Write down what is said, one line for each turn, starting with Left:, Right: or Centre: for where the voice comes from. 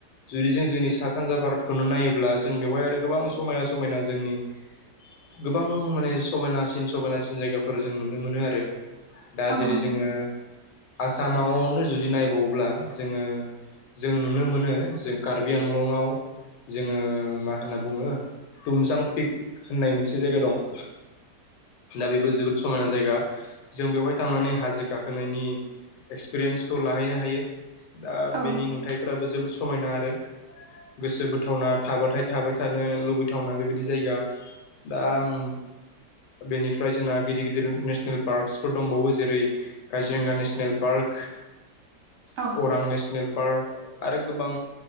Left: जुदि जों जोंनि सा सानजा भारतखौनो नायोब्ला जों बेवहाय आरो गोबां समायना समायना जोंनि गोबां माने समायनासिन समायनासिन जायगाफोर जों नुनो मोनो आरो दा
Right: औ
Left: जेरै
Right: नंगौ
Left: जोङो आसामावनो जुदि नायबावोब्ला जोङो जोङो नुनो मोनो जों कार्बि आंलंआव जोङो मा होनना बुङो तुमजां पिक होननाय मोनसे जायगा दं। दा बेबो जोबोद समायना जायगा जों बेवहाय थांनानै हाजो गाखोनायनि एक्सपिरियेन्सखौ लाहैनो हायो दा
Right: औ
Left: बेनि
Right: नंगौ
Left: नुथायाइफ्राबो जोबोद समायना आरो गोसो बोथावना थाबाथाय थाबाय थानो लुबैथावना बेबायदि जायगा। दा आं बेनिफ्राय जोंना गिदिर गिदिर नेसनेल पार्कसफोर दंबावो जेरै काजिरगा नेसनेल पार्क,
Right: औ
Left: अरां नेसनेल पार्क आरो गोबां